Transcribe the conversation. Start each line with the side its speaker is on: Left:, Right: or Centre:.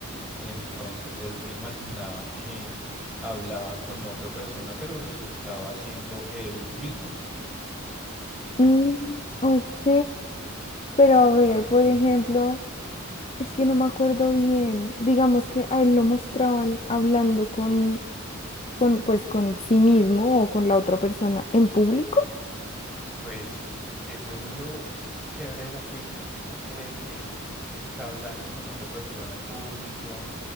Centre: Entonces él se imaginaba que hablaba con otra persona, pero resultaba siendo él mismo.
Left: Mm, ok. Pero
Centre: Sí,
Left: a ver, por ejemplo, es que no me acuerdo bien. Digamos que a él lo mostraban hablando con, con, pues, con sí mismo o con la otra persona en público.
Centre: pues eso es lo chévere de la película, que uno cree que él está hablando con otra persona en público